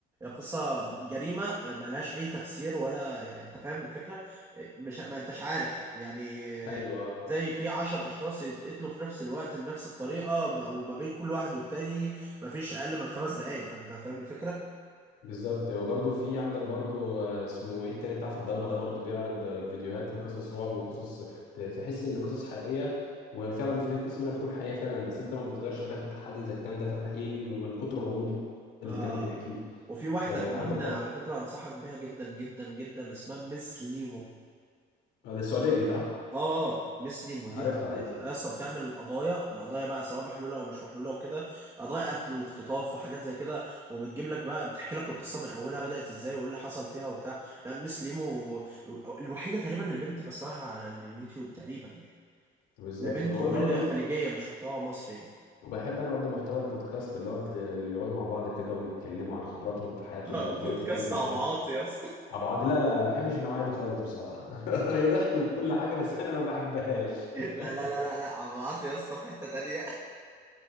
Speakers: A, on the right (about 20°); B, on the left (about 80°).
A: قصة جريمة ملهاش أي تفسير ولا يعني أنت فاهم الفكرة مش ما أنتش عارف يعني
B: ايوه
A: زي في عشر أشخاص يتقتلوا في نفس الوقت بنفس الطريقة م- وما بين كل واحد والتاني مفيش أقل من خمس دقايق فأنت فاهم الفكرة؟
B: بالظبط وبرضه في عندك برضه آه، اسمه ايه التاني بتاع في الضلمه ده برضه بيعرض آه، فيديوهات لقصص رعب وقصص ت- تحس ان قصص حقيقيه وفعلا في قسم منها بتكون حقيقيه فعلا بس انت ما بتقدرش في الاخر تحدد اذا كان ده فعلا حقيقي من من كتر الغموض اللي
A: آه
B: كان بيحكيه
A: وفي واحدة
B: آه،
A: كمان
B: عندك برضه
A: على فكرة أنصحك بيها جدا جدا جدا اسمها مس ليمو
B: آه، ده السعوديه دي صح؟
A: اه آه، مسلم ودي
B: عارفها
A: بت...
B: عارفها
A: اصلا بتعمل قضايا القضايا بقى سواء محلوله او مش محلوله وكده قضايا قتل واختطاف وحاجات زي كده وبتجيب لك بقى بتحكي لك القصه من اولها بدات ازاي وايه اللي حصل فيها وبتاع لا مس ليمو الوحيده تقريبا البنت بسمعها على اليوتيوب تقريبا يعني
B: بالظبط
A: لبنت
B: وبرضه
A: والخليجيه مش محتوى مصري يعني
B: وبحب انا برضه محتوى البودكاست اللي هو اللي بيقعدوا مع بعض كده ويتكلموا عن خبراتهم في حياتهم
A: <laughs>
B: وازاي
A: بودكاست
B: تحل مشاكل
A: عبعاط يا اسطى
B: عبعاطي لا لا لا ما بحبش النوعية دي خالص بصراحة <laughs> هي ضحك وكل حاجة بس أنا ما بحبهاش
A: <laughs>
B: <laughs>
A: لا لا لا لا لا عمرو يا اسطى في حتة تانية <laughs>